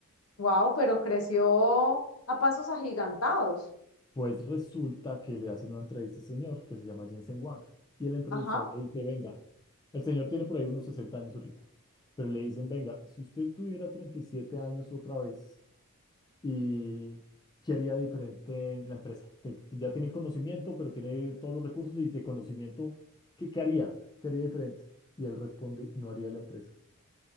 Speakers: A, on the left (about 75°); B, on the left (about 20°).
A: Wow, pero creció a pasos agigantados.
B: Pues resulta que le hacen una entrevista a este señor que se llama Jensen Huang, y el entrevistador
A: Ajá.
B: le dice, venga, el señor tiene por ahí unos 60 años ahorita, pero le dicen, venga, si usted tuviera 37 años otra vez, y qué haría diferente en la empresa. Que, que ya tiene el conocimiento, pero tiene todos los recursos y de conocimiento, ¿qué, qué haría? ¿Qué haría diferente? Y él responde, no haría la empresa.